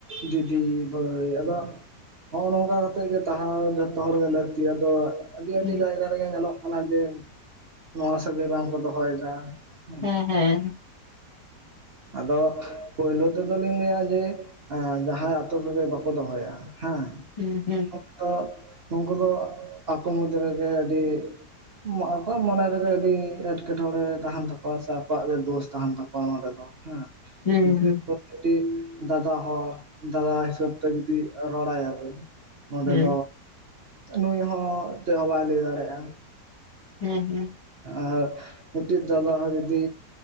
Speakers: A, on the right; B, on the left.
A: ᱫᱤᱫᱤ ᱵᱷᱟᱭ ᱟᱫᱚ ᱦᱚᱜᱚᱭ ᱱᱚᱝᱠᱟ ᱠᱟᱛᱮᱜ ᱜᱮ ᱛᱟᱦᱮ ᱡᱚᱛᱚ ᱦᱚᱲᱜᱮ ᱞᱟᱹᱠᱛᱤ ᱟᱫᱚᱼᱼ ᱟᱹᱰᱤ
B: ᱦᱩᱸ
A: ᱟᱹᱰᱤ ᱡᱟᱭᱜᱟ ᱨᱮᱜᱮ ᱧᱮᱞᱚᱜ ᱠᱟᱱᱟ ᱡᱮ ᱱᱚᱣᱟ ᱥᱟᱹᱜᱟᱹᱭ ᱵᱟᱝᱠᱚ ᱫᱚᱦᱚᱭᱮᱫᱟ᱾ ᱦᱩᱸ
B: ᱦᱮᱸ ᱦᱮᱸ᱾
A: ᱟᱫᱚ ᱯᱳᱭᱞᱳ ᱱᱤᱛᱚᱜ ᱫᱚᱞᱤᱧ ᱞᱟᱹᱭᱟ ᱡᱮ ᱡᱟᱦᱟᱸᱭ ᱟᱛᱳ ᱥᱟᱹᱜᱟᱹᱭ ᱵᱟᱠᱚ ᱫᱚᱦᱚᱭᱟ, ᱦᱮᱸ᱾
B: ᱦᱩᱸ ᱦᱩᱸ᱾
A: ᱚᱠᱛᱚ ᱱᱩᱠᱩ ᱫᱚ ᱟᱠᱚ ᱢᱚᱫ ᱨᱮᱜᱮ ᱟᱹᱰᱤ ᱢᱟᱦᱟ ᱟᱠᱚᱣᱟᱜ ᱢᱚᱱᱮ ᱨᱮᱜᱮ ᱟᱹᱰᱤ ᱮᱴᱠᱮᱴᱚᱬᱮ ᱛᱟᱦᱮᱱ ᱛᱟᱠᱚᱣᱟ, ᱥᱮ ᱟᱠᱚᱣᱟᱜ ᱫᱳᱥ ᱛᱟᱦᱮᱱ ᱛᱟᱠᱚᱣᱟ ᱱᱚᱰᱮ ᱫᱚ ᱦᱮᱸ᱾
B: ᱦᱩᱸ
A: <unintelligible>
B: ᱦᱩᱸ
A: ᱠᱟᱹᱴᱤᱜ ᱫᱟᱫᱟ ᱦᱚᱲ, ᱫᱟᱫᱟ ᱦᱤᱥᱟᱹᱵ ᱛᱮ ᱡᱩᱫᱤ ᱨᱚᱲ ᱟᱭᱟᱵᱮᱱ᱾ ᱱᱚᱸᱰᱮ
B: ᱦᱩᱸ
A: ᱫᱚ ᱱᱩᱭ ᱦᱚᱸ ᱪᱮᱜ ᱦᱚᱸ ᱵᱟᱭ ᱞᱟᱹᱭ ᱫᱟᱲᱮᱭᱟᱜᱼᱟ᱾
B: ᱦᱮᱸ ᱦᱮᱸ᱾
A: ᱟᱨ ᱢᱤᱫᱴᱤᱡ ᱫᱟᱫᱟ ᱦᱚᱸ ᱡᱩᱫᱤ